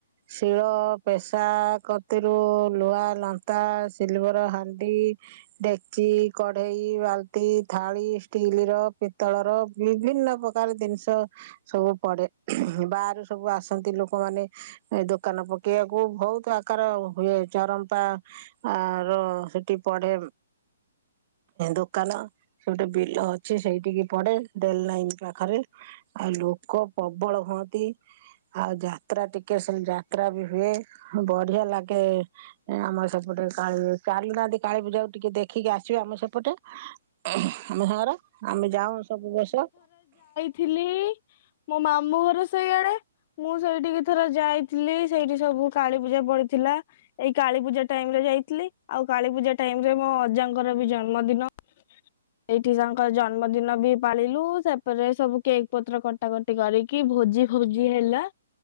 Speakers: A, on the right; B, on the left.
A: ଶିଳ, ପେସା କତିରୁ ଲୁହା ଲନ୍ତା, ସିଲଭର ହାଣ୍ଡି ଡେକ୍ଚି, କଢେଇ, ବାଲ୍ତି, ଥାଳି, ଷ୍ଟିଲର, ପିତଳର ବିଭିନ୍ନ ପକାର ଦିନିଷ ସବୁ ପଡେ, ବାହାରୁ ସବୁ ଆସନ୍ତି ଲୋକମାନେ ଏ ଦୋକାନ ପକେଇଆକୁ, ଭଉତ୍ ଆକାର ହୁଏ ଚରମ୍ପା ଆର ସେଠି ପଡେ ଦୋକାନ। ସେ ଗୋଟେ ବିଲ ଅଛି ସେଇଟିକି ପଡେ <unintelligible> ନାଇନ୍ ପାଖରେ। ଆଉ ଲୋକ ପବଳ ହୁଅ ନ୍ତି ଆଉ ଯାତ୍ରା ଟିକେଟ୍ ସେଲ୍ ଯାତ୍ରା ବି ହୁଏ ବଢିଆ ଲାଗେ। ଆମର ସେପଟେ କାଳୀ ଚାଲୁ ନାହାନ୍ତି କାଳୀ ପୂଜାକୁ ଟିକେ ଦେଖିକି ଆସିବେ ଆମ ସେପଟେ। ଆମ ସାଙ୍ଗରେ ଆମେ ଯାଉଁ ସବୁ ବର୍ଷ।
B: ଥିଲି ମୋ ମାମୁଁଘର ସେଇଆଡେ। ମୁଁ ସେଇଠିକି ଥରେ ଯାଇଥିଲି, ସେଇଠି ସବୁ କାଳୀପୂଜା ପଡିଥିଲା। ଏଇ କାଳୀପୂଜା ଟାଇମ୍ ରେ ଯାଇଥିଲି, ଆଉ କାଳୀପୂଜା ଟାଇମ୍ ରେ ବି ମୋ ଅଜାଙ୍କର ବି ଜନ୍ମଦିନ। ଏଇଠି ତା ଙ୍କ ଜନ୍ମଦିନ ବି ପାଳିଲୁ, ସେପରେ ସବୁ କେକ୍ ପତ୍ର କଟାକଟି କରିକି ଭୋଜି ଭୋଜି ହେଲା